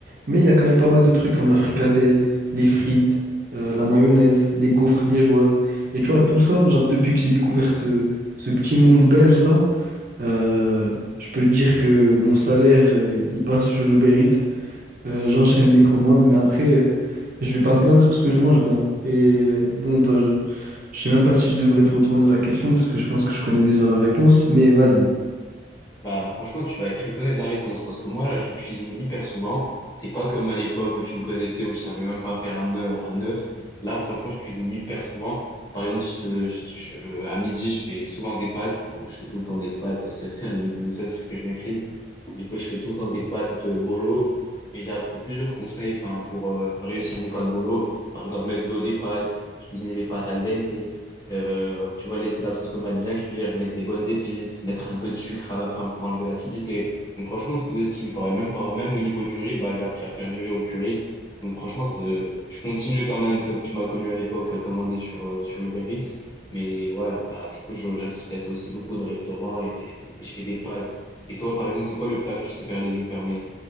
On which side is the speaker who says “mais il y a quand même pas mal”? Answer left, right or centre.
Right